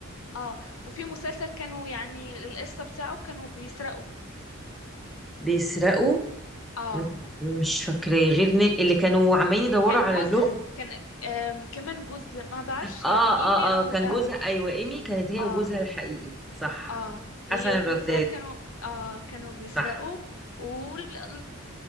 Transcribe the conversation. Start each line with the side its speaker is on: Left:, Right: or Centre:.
Left: آه وفي مسلسل كانوا يعني القصة بتاعه كانوا بيسرقوا
Centre: بيسرقوا
Left: آه
Centre: م- مش فاكراه غير نيل اللي كانوا عمالين يدوروا
Left: كان
Centre: على
Left: جوزها
Centre: اللغز
Left: كان آم، كمان جوز ما بعرفش
Centre: اه
Left: يعني ايمي
Centre: اه
Left: او
Centre: اه كان
Left: اه
Centre: جوزها ايوه ايمي كانت هي
Left: اه,
Centre: وجوزها الحقيقي صح
Left: آه هي
Centre: حسن الرداد
Left: وجوزها كانوا آه كانوا بيسرقوا
Centre: صح
Left: والقصة